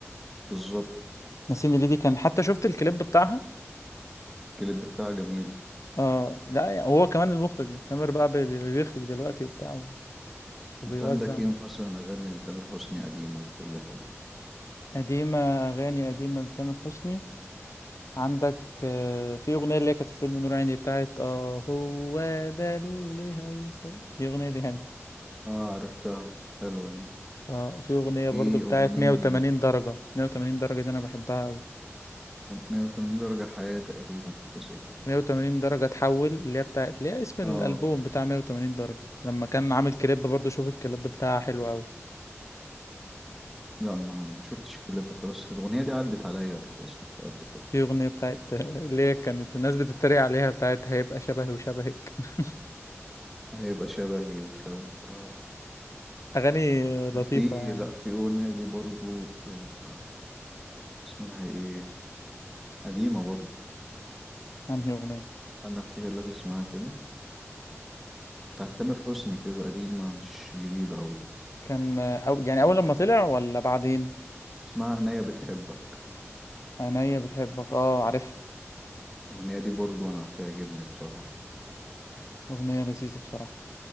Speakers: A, in the centre; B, on the left.
A: بالظبط
B: ناسيني ليه دي كان حتى شفت الكليب بتاعها
A: الكليب بتاعها جميل
B: اه لا يعني هو كمان المخرج تامر بقى بي- بي- بيخرج دلوقتي وبتاع وبيوزع
A: انت عندك ايه مثلا اغاني لتامر حسني قديمه تقول لي حلوه
B: قديمة أغاني قديمة لتامر حسني عندك آه، في أغنية اللي هي كانت في فيلم نور عيني بتاعت اه هو ده اللي هيصل دي أغنية دي حلوة
A: اه عرفتها حلوه دي
B: اه وفي أغنية
A: في
B: برضو بتاعت
A: اغنيه
B: 180
A: ل
B: درجة 180 درجة دي أنا بحبها أوي
A: 180 درجه حياه تقريبا حاجه زي كده
B: 180 درجة تحول اللي هي بتاعت اللي هي اسم
A: اه
B: الألبوم بتاع 180 درجة لما كان عامل كليب برضو شوف الكليب بتاعها حلو أوي
A: لا ما ما شفتش الكليب بتاع بس الاغنيه دي عدت عليا قبل كده سمعتها قبل كده
B: في أغنية بتاعت <laughs> اللي هي كانت الناس بتتريق عليها بتاعت هيبقى شبهي وشبهك <laughs>
A: هيبقى شبهي وشبهي اه
B: أغاني لطيفة
A: في
B: يعني
A: لا في اغنيه لي برضو آه اسمها ايه قديمه برضو
B: أنهي أغنية
A: انا افتكر لك اسمها كده بتاعت تامر حسني كده قديمه مش جديده قوي
B: كان أو يعني أول لما طلع ولا بعدين
A: اسمها عينيا بتحبك
B: عينيا بتحبك اه عارفها
A: الأغنية دي برضو أنا بتعجبني بصراحة
B: أغنية لذيذة بصراحة